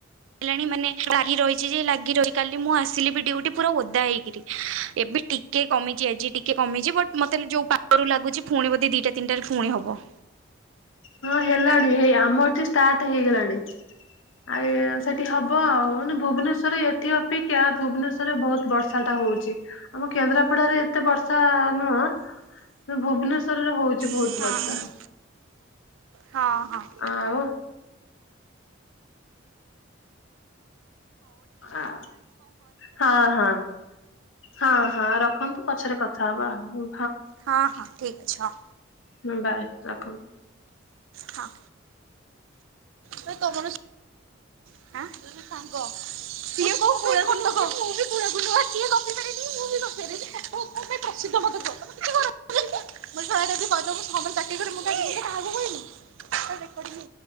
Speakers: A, on the right; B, on the left.
A: ଣି ମାନେ ଲାଗି ରହିଚି ଯେ ଲାଗି ରହି କାଲି ମୁଁ ଆସିଲି ବି ଡିଉଟି ପୁରା ଓଦା ହେଇକିରି। ଏବେ ଟି ଟିକେ କମିଚି ଆଜି ଟିକେ କମିଚି ବଟ୍ ମତେ ଯଉ ପାଗରୁ ଲାଗୁଚି ଫୁଣି ବଧେ ଦିଟା ତିନିଟାରେ ଫୁଣି ହବ।
B: ହଁ ହେଲାଣି ହେଇ ଆମ ଏଠି ଷ୍ଟାର୍ଟ ହେଇଗଲାଣି। ଆଏ ସେଠି ହବ ଆଉ। ମାନେ ଭୁବନେଶ୍ଵରେ ଏଠି ଅ ପେକ୍ଷା ଭୁବନେଶ୍ୱରରେ ବହୁତ୍ ବର୍ଷାଟା ହଉଚି ଆମ କେନ୍ଦ୍ରାପଡାରେ ଏତେ ବର୍ଷା ନୁହଁ ଭୁବନେଶ୍ୱରରେ ହଉଚି ବହୁତ୍
A: ହଁ।
B: ବର୍ଷା।
A: ହଁ ହଁ।
B: ଆଉ? ଆ ହଁ ହଁ। ହଁ ହଁ ରଖନ୍ତୁ ପଛରେ କଥା ହବା ଆଉ ହୁଁ।
A: ହଁ ହଁ ଠିକ୍ ଅଛ।
B: ହଁ ବାଏ ରଖନ୍ତୁ।
A: ହଁ ଭାଇ ତମର <inaudible> ସାଙ୍ଗ। <unintelligible> ଏବେ ପ୍ରସିଧ ମତେ କୁହ। <unintelligible> <unintelligible> କାହାକୁ କହିମି?